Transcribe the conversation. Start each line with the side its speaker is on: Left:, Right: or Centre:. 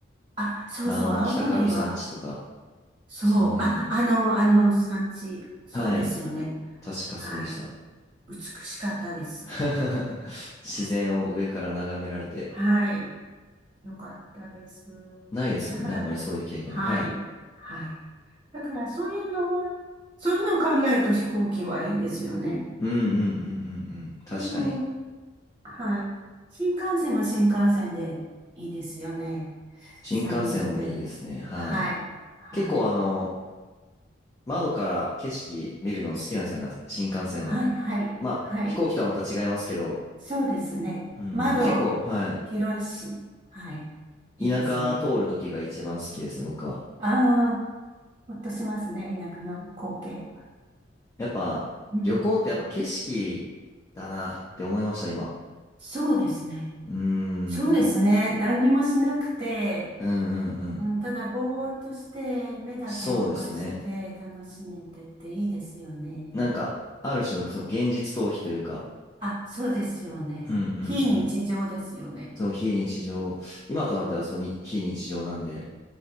Right: あ、そうそう、
Left: あの、
Right: 青森は、
Left: 北上山地とか、
Right: そう。
Left: その辺。
Right: あ、あの、あの産地。そうですよね。
Left: はい。確かそうでした。
Right: はい。美しかったです。
Left: <laughs> 自然を上から眺められて、
Right: はい。はい。よかったです。
Left: ないですもんね、
Right: だから、
Left: あんまりそういう経験は。
Right: はい。
Left: はい。
Right: はい。だから、そういうのは、そういうのを考えると飛行機はいいですよね。
Left: うんうんうんうんうん。確かに。
Right: でも、はい。新幹線は新幹線でいいですよね。
Left: 新幹線もいいですね。
Right: スムーズで。
Left: はい。
Right: はい。はい。
Left: 結構あの、窓から景色見るの好きなんですよね、新幹線の。
Right: はい、はい、
Left: まあ、
Right: はい。
Left: 飛行機とはまた違いますけど、
Right: そうですね。
Left: うんうん。
Right: 窓、
Left: 結構、は
Right: 広いし、はい。
Left: い。
Right: いいですね。
Left: 田舎通る時が一番好きですね、僕は。
Right: ああ、ほっとしますね。田舎の光景。
Left: やっぱ、
Right: うん。
Left: 旅行ってやっぱ景色だなって思いました、今。
Right: そうですね。
Left: うーん。
Right: そうですね。何にもしなくて、
Left: うんうんうん。
Right: うん、ただぼーっとして、目だけ動かして楽しめてっていいですよね。
Left: そうですね。なんか、ある種のその現実逃避というか、
Right: あ、そうですよね。
Left: うんうんうん。
Right: 非日常ですよね。
Left: そう、非日常、今となってはそうに、
Right: うん。
Left: 非日常なんで、